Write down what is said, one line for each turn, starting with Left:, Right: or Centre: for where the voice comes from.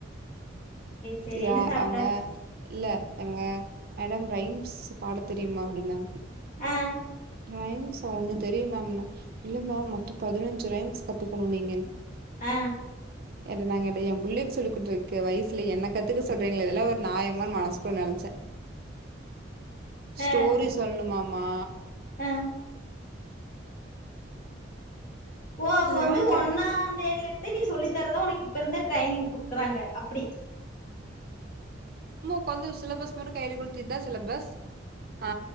Left: சேரி
Right: இதா
Left: என்ன சாப்ட்ட
Right: அவங்க இல்ல எங்க மேடம் ரைம்ஸ் பாட தெரியுமா அப்டின்னாங்க
Left: அ
Right: ரைம்ஸ் ஒண்ணு தெரியு மேம்னா இல்ல மேம் மொத்த பதினஞ்சு ரைம்ஸ் கத்துக்கணு நீங்க
Left: அ
Right: ஏட்ட நாங்க எ புல்லைக் சொல்லிகொடுக்க வயஸ்ல எனக் க்கு சொல்றீங்களே இதெல்லா ஒரு நாயமானு மனசுக்குள்ள நினைச்ச ஸ்டோரி
Left: ஆ
Right: சொல்னுமாமா
Left: ஆ ஓ அப்ப வந்து
Right: ஏங்க
Left: ஒன்னா தேதில இத நீ சொல்லி தரதா உனக்கு இப்ப இருந்த ட்ரைனிங் குடுக்கறாங்க அப்டி
Right: இப்ப வந்து சிலபஸ் மட்டு கைல குடுத்து இதா சிலபஸ் ஆ